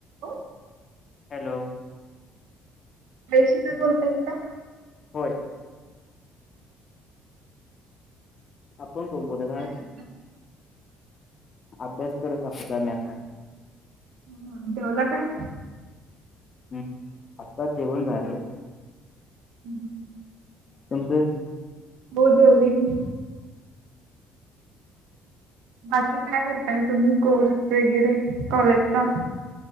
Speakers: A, on the right; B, on the left.
A: अ.
B: Hello.
A: आईशी तर बोलतायत का?
B: होय. आपण कोण बोलत आहात?
A: ताय
B: अभ्यास करत आहोत आम्ही आता.
A: ह, जेवला काय?
B: हम्म, आत्ताच जेवण झाले.
A: हं
B: तुमचं?
A: हो, जेवले की. बाकी काय करताय तुम्ही कोर्स वगैरे कॉलेजचा?